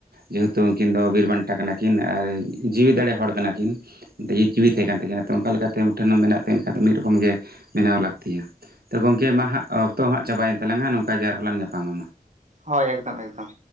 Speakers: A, on the right; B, on the right.
A: ᱡᱮᱦᱮ ᱛᱩ ᱩᱱᱠᱤᱱ ᱫᱚ ᱵᱤᱨ ᱵᱟᱱᱴᱷᱟ ᱠᱟᱱᱟ ᱠᱤᱱ ᱟᱨ ᱡᱤᱣᱤ ᱫᱟᱲᱮ ᱦᱚᱲ ᱠᱟᱱᱟ ᱠᱤᱱ᱾ ᱫᱮᱭᱤ ᱡᱤᱣᱤ ᱛᱟᱦᱮᱸ ᱠᱟᱱ ᱛᱟᱹᱠᱤᱱᱟ ᱛᱚ ᱚᱱᱠᱟ ᱞᱮᱠᱟᱛᱮ ᱢᱩᱫ ᱴᱷᱟᱹᱱ ᱦᱚᱸ ᱢᱮᱱᱟᱜ ᱛᱟᱹᱠᱤᱱ ᱠᱷᱟᱱ ᱫᱚ ᱢᱤᱫ ᱨᱚᱠᱚᱢ ᱜᱮ ᱵᱮᱱᱟᱣ ᱞᱟᱹᱠᱛᱤᱭᱟ᱾ ᱛᱚ ᱜᱚᱝᱠᱮ ᱢᱟ ᱦᱟᱸᱜ ᱚᱠᱛᱚ ᱦᱟᱸᱜ ᱪᱟᱵᱟᱭᱮᱱ ᱛᱟᱞᱟᱝᱟ ᱱᱚᱝᱠᱟ ᱜᱮ ᱟᱨ ᱦᱚᱞᱟᱝ ᱧᱟᱯᱟᱢᱟ᱾
B: ᱦᱚᱭ ᱮᱠᱫᱚᱢ ᱮᱠᱫᱚᱢ